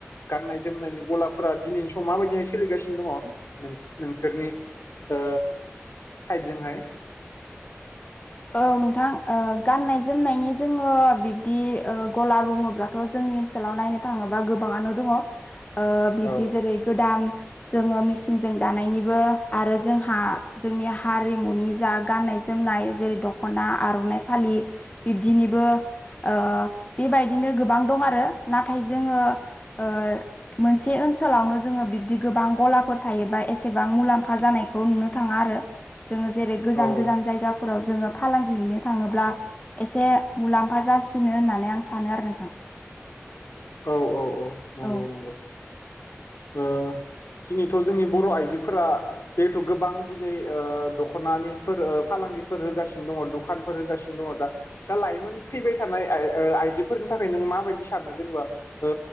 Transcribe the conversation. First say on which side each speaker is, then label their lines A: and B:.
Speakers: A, on the left; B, on the left.
A: गाननाय जोमनायनि गलाफोरा दिनैनि समाव माबायदिहाय सोलिगासिनो दङ नों-नोंसोरनि ओ साइदजोंहाय?
B: औ नोंथां ओ गाननाय जोमनायनि जोङो बिब्दि ओ गला बुङोब्ला थ' जोंनि ओनसोलाव नायनो थाङोबा गोबाङानो दङ ओ बिब्दि
A: औ
B: जेरै गोदान जोङो मेसिनजों दानायनिबो आरो जोंहा जोंनि हारिमुनि जा गाननाय जोमनाय जेरै दख'ना आर'नाइ फालि बिबदिनिबो ओ बेबायदिनो गोबां दं आरो नाथाय जोङो ओ मोनसे ओनसोलावनो जोङो बिब्दि गोबां गलाफोर थायोबा एसेबां मुलाम्फा जानाय खौ नुनो थाङा आरो जोङो जेरै गोजान
A: औ
B: गोजान जायगाफोराव जोङो फालांगि हैनो थाङोब्ला एसे मुलाम्फा जासिनो होननानै आं सानो आरो नोंथां।
A: औ औ औ नंगौ
B: औ
A: नंगौ ओ। दिनैथ' जोंनि बर' आइजोफोरा जिहेथु गोबां दिनै ओ दख'नानिफोर ओ फालांगिफोर होगासिनो दङ दुखानफोर होगासिनो दङ दा दा लाइमोन फैबाय थानाय आइ ओ आइजोफोरनि थाखाय नों माबायदि सानो जेनेबा ओ